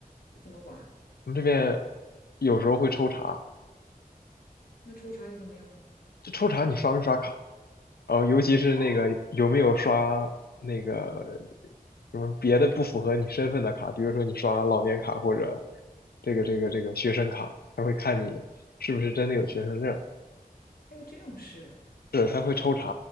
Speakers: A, on the left; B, on the left.
A: 怎么管？
B: 我们这边有时候会抽查。
A: 那抽查又怎么样呢？
B: 这抽查你刷没刷卡？哦，尤其是那个有没有刷那个
A: 哦，
B: 什么别的不符合你身份的卡，比如说你刷老年卡或者这个这个这个学生卡，他会看你是不是真的有学生证，
A: 还有这种事。
B: 对，他会抽查。